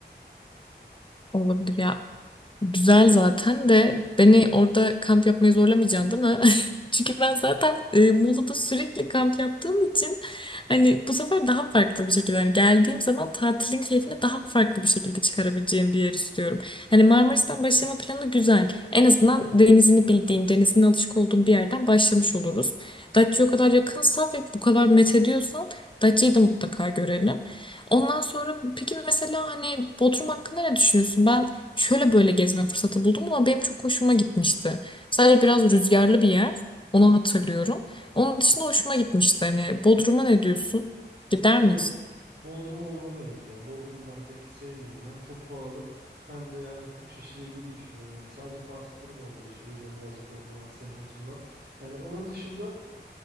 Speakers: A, on the left (about 25°); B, on the right (about 60°).
A: olabilir ya. Güzel zaten de beni orada kamp yapmayı zorlamayacaksın değil mi? <laughs> Çünkü ben zaten e, Muğla'da sürekli kamp yaptığım için hani bu sefer daha farklı bir şekilde hani geldiğim zaman tatilin keyfini daha farklı bir şekilde çıkarabileceğim bir yer istiyorum. Hani Marmaris'ten başlama planı güzel. En azından denizini bildiğim, denizine alışık olduğum bir yerden başlamış oluruz. Datça'ya o kadar yakınsa ve bu kadar met ediyorsan Datça'yı da mutlaka görelim. Ondan sonra peki mesela hani Bodrum hakkında ne düşünüyorsun? Ben şöyle böyle gezme fırsatı buldum ama benim çok hoşuma gitmişti. Sadece biraz rüzgarlı bir yer. Onu hatırlıyorum. Onun dışında hoşuma gitmişti. Hani Bodrum'a ne diyorsun? Gider
B: Yok.
A: miyiz?
B: Bodrum'a uğramayız ya. Bodrum ben pek sevmiyorum. Hem çok pahalı hem de yani çok şişirildiğini düşünüyorum. Hani sadece Fatih Terim orada yaşıyor. O yüzden birazcık Bodrum'a sempatim var. Yani onun dışında